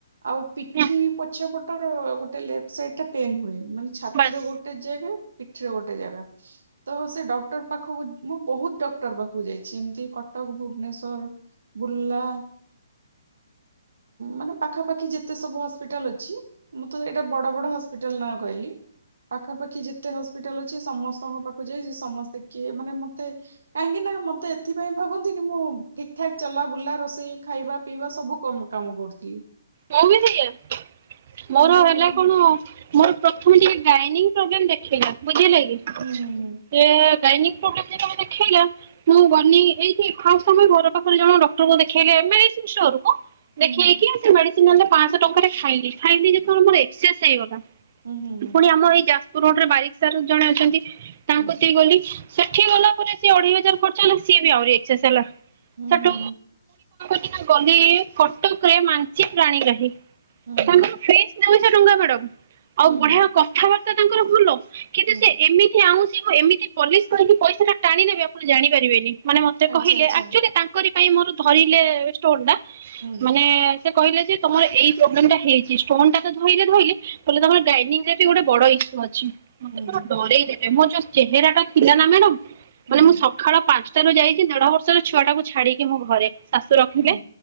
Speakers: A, on the right; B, on the right.
A: ଆଉ ପିଠି
B: ନା
A: ପଛ ପଟର ଗୋଟେ ଲେଫ୍ଟ ସେଇଟା ପେନ୍ ହୁଏ। ମାନେ ଛାତିର
B: ବାସ୍
A: ଗୋଟେ ଜାଗା ପିଠିରେ ଗୋଟେ ଜାଗା ତ ସେ ଡକ୍ଟର ପାଖକୁ ମୁଁ ବହୁତ୍ ଡକ୍ଟର ପାଖକୁ ଯାଇଛି ଏମିତି କଟକ ଭୁବନେଶ୍ଵର ବୁର୍ଲା ମାନେ ପାଖାପାଖି ଯେତେ ସବୁ ହସ୍ପିଟାଲ ଅଛି ମୁଁ ତ ଏଇଟା ବଡ ବଡ ହସ୍ପିଟାଲ ନାଁ କହିଲି ପାଖା ପାାଖି ଯେତେ ହସ୍ପିଟାଲ ଅଛି ସମସ୍ତଙ୍କ ପାଖକୁ ଯାଇଛି ସମସ୍ତେ କିଏ ମାନେ ମୋତେ କାହିଁକି ନା ମୋତେ ଏଥିପାଇଁ ଭାବନ୍ତିନି ମୁଁ ଠିକଠାକ୍ ଚଲାବୁଲା ରୋଷେଇ ଖାଇବା ପିଇବା ସବୁ କମ କାମ କରୁଥିଲି।
B: ମୋର ବି ସେଇଆ। ମୋର
A: କିନ୍ତୁ
B: ହେଲେ
A: ହୁଁ
B: କଣ ମୋର ପ୍ରକୃତରେ ଗାଇନିଙ୍ଗ୍ ପ୍ରୋବ୍ଲେମ୍ ଦେଖେଇଲା। ବୁଝିଲେକିି ସେଏଏ
A: ହୁଁ ହୁଁ ହୁଁ
B: ଗାଇନିଙ୍ଗ୍ ପ୍ରୋବେଲମ୍ ଯେତେବେଳେ ଦେଖେଇଲା ମୁଁ ଗନି ଏଇଠି ଫାଷ୍ଟ୍ ଆମରି ଘର ପାଖରେ ଜଣେ ଡକ୍ଟର ଦେଖେଇଲେ ଏମ୍ ଆଇ ସିନ୍ ଷ୍ଟୋରକୁ। ଦେଖେଇକି
A: ହୁଁ
B: ସେ ମେଡ଼ିସି ସେ ନେଲେ ପାଁଶ ଟଙ୍କାଟେ ଖାଇଲି, ଖାଇଲି ଯେତବେଳେ ମୋର ଏକ୍ସସେସ୍ ହେଇଗଲା।
A: ହୁଁ ହୁଁ ହୁଁ
B: ପୁଣି ଆମ <unintelligible> ରୋଡରେ ବାରିକ୍ ସାର୍ ଜଣେ ଅଛନ୍ତି। ତାଙ୍କ୍
A: ହୁଁ।
B: କତିକି ଗଲି। ସେଠି ଗଲା ପରେ ସିଏ ଅଢେଇ ହଜାର ଖର୍ଚ ହେଲା ସିଏ ବି ଆହୁରି ଏକ୍ସେସ୍ ହେଲା।
A: ହୁଁ
B: ସେଠୁ
A: ହୁଁ।
B: <inaudible> ଗଲି କଟକରେ ମା <unintelligible> ପାଣିଗ୍ରାହୀ।
A: ହୁଁ
B: ତମ
A: ହୁଁ
B: ଫେଶ୍। ଯାଉ ସେ ଠୁଙ୍ଗା ପଡ଼ାକୁ। ଆଉ ବଢିଆ
A: ହୁଁ ହୁଁ ହୁଁ
B: କଥାବାର୍ତ୍ତ୍ ତା ତାଙ୍କର ଭୁଲ କିନ୍ତୁ
A: ହୁଁ ହୁଁ।
B: ସେ ଏମିତି ଆଉଁସ୍ ଯୋଉ ଏମିତି ପଲିଶ୍ କରିକି ପଇସା ଟାଣି ନେବେ <inaudible> <inaudible> ଜାଣିପାରିବେନି ମାନେ ମତେ
A: ଆଚ୍ଛା
B: କହିଲେ
A: ଆଚ୍ଛା
B: ଆକ୍ଚୁଆଲି ତାଙ୍କରି <unintelligible> ଇଁ ମୋର ଧରିଲେ ଷ୍ଟୋନଟା।
A: ହୁଁ ହୁଁ
B: ମାନେଏଏ ସେ କହିଲେ ଯେ ତମର ଏଇ ପ୍ରୋବ୍ଲେମଟା ହେଇଛି ଷ୍ଟୋନଟା ତ ଧଇଲେ ଧଇଲେ କହିଲେ ତମର ଗାଇନିଂରେ <inaudible> ଗୋଟେ ବଡ ଇସୁ ଅଛି। ମତେ
A: ହୁଁ
B: ପୁରା
A: ହୁଁ ହୁଁ
B: ଡରେଇ ଦେଲେ ମୋର ଯୋଉ ଚେହେରାଟା ଥିଲା ନା ମ୍ୟାଡ଼ାମ୍
A: ହୁଁ
B: ବୋଲେ
A: ହୁଁ।
B: ମୁଁ ସଖାଳ ପାଞ୍ଚ୍ ଟାରୁ ଯାଇଛି ଦେଢ ବର୍ଷର ଛୁଆଟାକୁ ଛାଡ଼ିକି ମୁଁ ଘରେ। ଶାଶୁ ରଖିଲେ
A: ହୁଁ